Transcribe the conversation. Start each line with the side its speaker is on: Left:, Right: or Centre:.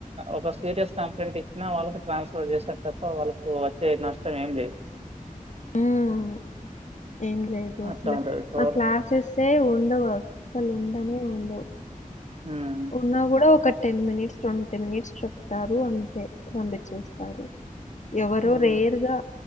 Right: ఒక సీరియస్ కంప్లైంట్ ఇచ్చినా వాళ్ళకి ట్రాన్స్ఫర్ చేస్తరు తప్ప వాళ్ళకు వచ్చే నష్టం ఏం లేదు
Left: మ్మ్. ఏం లేదు అట్లే
Right: అట్లా ఉంటది గవర్
Left: మా క్లాసెస్ సే ఉండవు అసలు ఉండనే ఉండవు
Right: ఉమ్
Left: ఉన్నా కూడా ఒక టెన్ మినిట్స్ ట్వంటీ మినిట్స్ చెప్తారు అంతే పంపించేస్తారు ఎవరో
Right: హ్మ్
Left: రేర్ గా